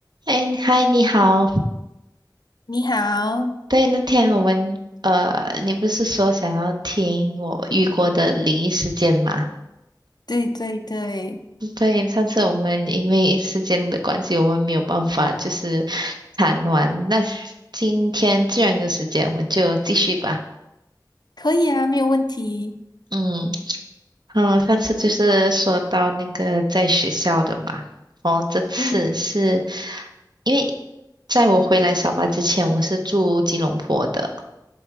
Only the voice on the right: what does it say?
哎，嗨，你好。
对，那天我们呃，你不是说想要听我遇过的灵异事件吗？
对，上次我们因为时间的关系，我们没有办法就是谈完。那今天既然有时间，我们就继续吧。
嗯嗯，上次就是说到那个在学校的嘛。哦，这次是
因为在我回来小巴之前，我是住吉隆坡的。